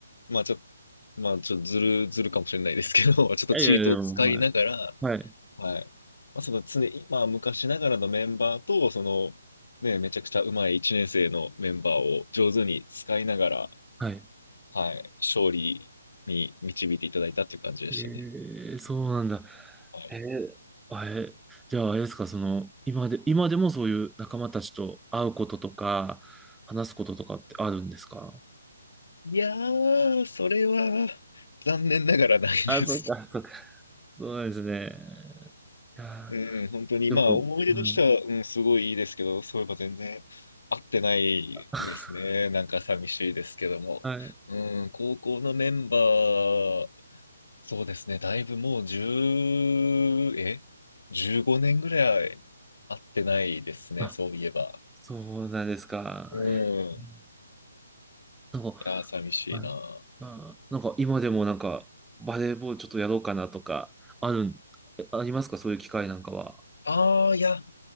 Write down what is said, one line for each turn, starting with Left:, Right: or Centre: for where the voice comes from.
Left: まあちょっと、まあちょっとずる、ずるかもしれないですけど、<laughs> ちょっとチートを使いながら、
Centre: いやいやいや、はい。はい。
Left: はい。まあ、その常に、まあ、昔ながらのメンバーと、その、ね、めちゃくちゃうまい1年生のメンバーを上手に使いながら、
Centre: はい。
Left: はい、勝利に導いていただいたっていう感じでしたね。
Centre: ええーそうなんだ。
Left: はい、
Centre: えー、あえ、じゃあ、あれですか、その、今で、今でもそういう仲間たちと会うこととか、話すこととかってあるんですか
Left: いやー、それは残念ながらないです。
Centre: あ、そうか、そうか。そうなんですね。いや
Left: うん、本当に、
Centre: ー、
Left: まあ、
Centre: でも、
Left: 思い出としては、
Centre: うん。
Left: うん、すごいいいですけど、そういえば全然合ってないですね。
Centre: <laughs>
Left: なんか寂しいですけども。
Centre: はい。<laughs>
Left: うん、高校のメンバーそうですね。だいぶもう1え ?15 年ぐらい会ってないですね。
Centre: あ、
Left: そういえば。
Centre: そうなんですか。
Left: う
Centre: えー、
Left: ん。い
Centre: なんか、
Left: やー、寂しいな。
Centre: あ、あなんか今でもなんか、バレーボールちょっとやろうかなとか、あるん、えありますかそういう機会なんかは。
Left: ああ、いや、